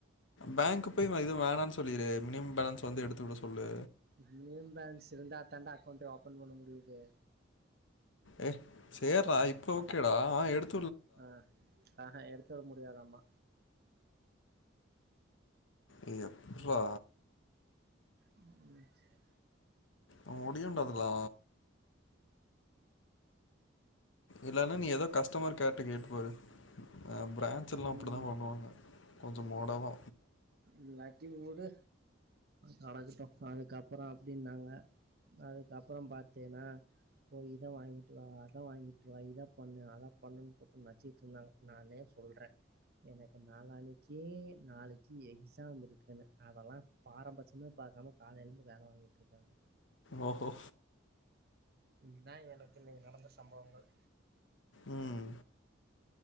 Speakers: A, on the left (about 80°); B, on the right (about 50°).
A: பேங்க்கு போய் எதும் வேணான்னு சொல்லிடு மினிமம் பேலன்ஸ் வந்து எடுத்துக்குடுக்க சொல்லு
B: உள்ளே பேலன்ஸ் இருந்தா தாண்டா அக்கௌண்ட்டு ஓபன் பண்ண முடியுது
A: ஏ சேர்டா இப்ப ஓகேடா எடுத்
B: ஆ ஆஹா எடுத்துவர முடியாதாமா
A: இது எப்புர்றா
B: ம் செர்
A: அ முடியும்டா அதுலா இல்லன்னா நீ ஏதோ கஸ்டமர்கேர்ட கேட்டுக்கு நீ போரு அ பிரான்ச்செல்லா
B: ம்,
A: அப்பிடி தா பண்ணுவாங்க கொஞ்சோ மோடவா
B: இல்லாட்டி விடு கடக்கட்டு அதுக்கப்பறோ அப்டின்னாங்க அதுக்குப்பறோ பாத்தேனா போய் இத வாங்கிட்டு வா அதா வாங்கிட்டு வா இதா பண்ணு அதா பண்ணுன்னு போட்டு நச்சிக்கிட்டு இருந்தாங்க நானே சொல்றே எனக்கு நாளனைக்கி நாளைக் எக்ஸாமிருக்கன்னு அதெல்லா பாரம்பட்சமே பாக்காம காலையிலருந்து வேல வாங்கிட்டுருக்காங்க
A: ஓ ஹோ
B: இதுதா எனக்கு இன்னிக்கி நடந்த சம்பவங்கள்
A: ம்